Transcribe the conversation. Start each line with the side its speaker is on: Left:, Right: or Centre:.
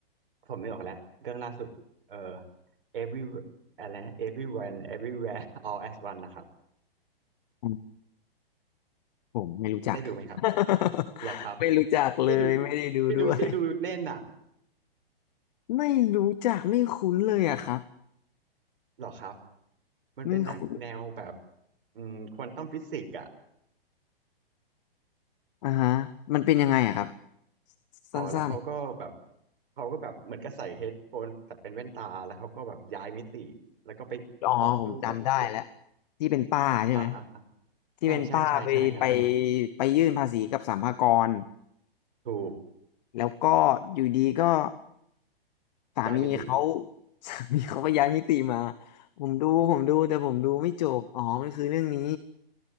Right: ผมนึกออกแล้วเรื่องล่าสุดเอ่อ every อะไร everyone everywhere all as one นะครับ
Left: อืมผมไม่รู้จัก
Right: ได้ดูไหมครับ
Left: <laughs>
Right: หรอครับ
Left: ไม่รู้จักเลยไม่ได้ดูด้วย
Right: ที่ลูที่ลูซี่ลูเล่นน่ะ
Left: ไม่รู้จักไม่คุ้นเลยอะครับ
Right: หรอครับมันเป็นหนังแนวแบบ
Left: ไม่คุ้น
Right: อืมควอนตัมฟิสิกส์อ่ะ
Left: อ่าฮะมันเป็นยังไงอะครับสั้น
Right: อ๋อแล้วเขาก็แบบเขาก็แบบเหมือนกับใส่เฮดโฟนแต่เป็นแว่นตาแล้วเขาก็แบบย้ายมิติแล้วก็ไป
Left: ๆอ๋อผมจำได้แล้ว
Right: ต่อสู้กับพวก
Left: ที่เป็นป้าใช่ไหม
Right: อ่าฮะอ่าฮะ
Left: ที่เป็นป้าไปไป
Right: ใช่ใช่ใช่ใช่นั่นแหละ
Left: ไปยื่นภาษีกับสรรพากร
Right: ถูก
Left: แล้วก็อยู่ดีก็ สามีเขา
Right: ย้ายมิติ
Left: <laughs> สามีเขาก็ย้ายมิติมาผมดูผมดูแต่ผมดูไม่จบอ๋อมันคือเรื่องนี้